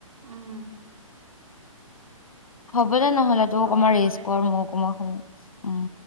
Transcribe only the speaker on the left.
হব দে নহ'লে তো অকমান
ৰেষ্ট
কৰ মই অকমান শু উম!